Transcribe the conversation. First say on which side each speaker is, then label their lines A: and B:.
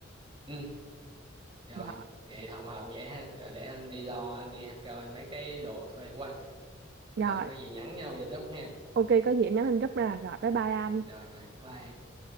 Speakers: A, on the right; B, on the right.
A: ừ rồi
B: dạ
A: vậy học học vậy ha rồi để anh đi lo anh đi coi mấy cái đồ thuê của anh
B: rồi
A: rồi có gì nhắn nhau vậy Trúc ha
B: ok có gì em nhắn tin group ra rồi bye bye anh
A: rồi rồi bye em.